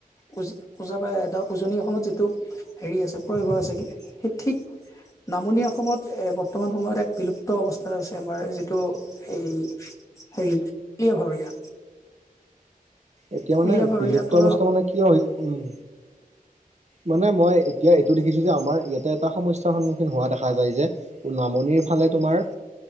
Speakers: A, on the left; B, on the right.
A: উজা, ওজা, উজনি অসমত যিটো হেৰি আছে প্ৰয়োভৰ আছে সেই ঠিক নামনি অসমত এ বৰ্তমান সময়ত এক বিলুপ্ত অৱস্থাত আছে আমাৰ যিটো সেই হেৰি খুলীয়া ভাৱৰীয়া।
B: এতিয়া
A: কুলীয়া
B: মানে
A: ভাৱৰীয়াটো
B: বিলুপ্ত অৱস্থা মানে কিয়? উম। মানে মই এতিয়া এইটো দেখিছো যে আমাৰ ইয়াতে এটা সমস্যাৰ সন্মুখীন হোৱা দেখা যায় যে নামনিৰ ফালে তোমাৰ